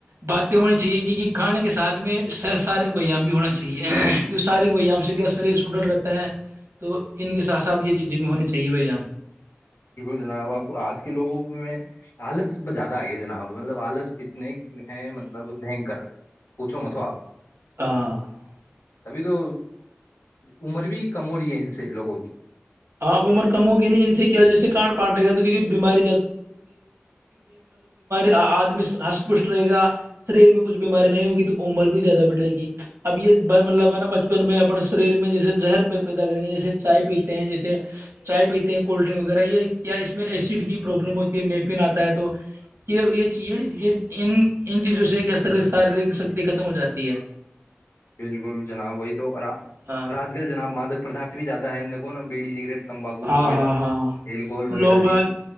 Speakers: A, on the right (about 80°); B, on the left (about 80°).
A: باتیں ہونی چاہیے کہ کھانے کے ساتھ میں سارے بھائیوں بھی ہونا چاہیے ساری گوگل رہتا ہے تو ان کے ساتھ ساتھ یہ چیزیں بھی ہونی چاہیے بھائی جان
B: جناب اب اج کے لوگوں میں زیادہ ائی ہے جناب مطلب وائرس اتنے جو ہے مطلب پوچھو متو اپ
A: <unintelligible>
B: ابھی تو عمر بھی کم ہو رہی ہے جسے لوگوں کی
A: ہاں عمر کم ہوگی ان سے کیا جیسے کارڈ پاٹے گا بیمار ادمی کا ریل میں کچھ بیمار نہیں ہوگی تو عمر بھی زیادہ بٹے گی اب یہ مرلہ بانہ بچپن میں بڑا سریر میں جیسے زہر پیدا کریں گے جیسے چائے پیتے ہیں چائے پیتے ہیں کولڈنگ وغیرہ یہ یا اس میں ایسیڈ کی پرابلم ہوتی ہے نیپن اتا ہے تو یہ جی یہ یہ ان چیزوں سے کس طرح لکھ سکتے ہیں ختم ہو جاتی ہے
B: بالکل جناب وہی تو
A: ہاں
B: اور اج کل جناب مادت پردگی زیادہ ہے <unintelligible>
A: ہا
B: وغیرہ
A: ہا
B: الکوہول وغیرہ
A: لوگ بس
B: جی